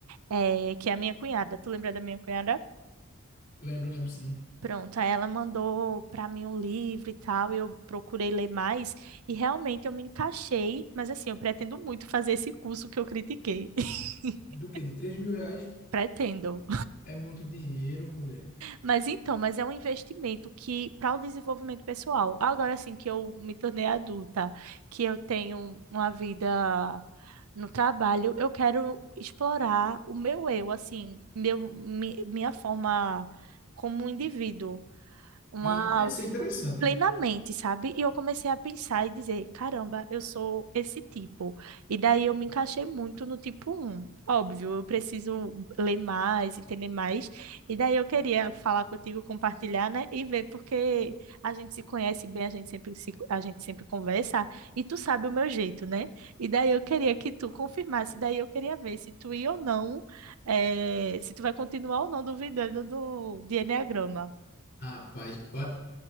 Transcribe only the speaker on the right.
É, que é a minha cunhada. Tu lembra da minha cunhada?
Pronto, aí ela mandou para mim um livro e tal, e eu procurei ler mais, e realmente eu me encaixei, mas assim, eu pretendo muito fazer esse curso que eu critiquei. <laughs>
Pretendo.
Mas então, mas é um investimento que para o desenvolvimento pessoal. Agora assim que eu me tornei adulta, que eu tenho uma vida no trabalho, eu quero explorar o meu eu, assim, meu, mi- minha forma como um indivíduo. uma
plenamente,
sabe? E eu comecei a pensar e dizer, caramba, eu sou esse tipo. E daí eu me encaixei muito no tipo um. Óbvio, eu preciso ler mais, entender mais. E daí eu queria falar contigo, compartilhar, né? E ver porque a gente se conhece bem, a gente sempre se, a gente sempre conversa e tu sabe o meu jeito, né? E daí eu queria que tu confirmasse, daí eu queria ver se tu ia ou não, eh, se tu vai continuar ou não duvidando do, de Eneagrama.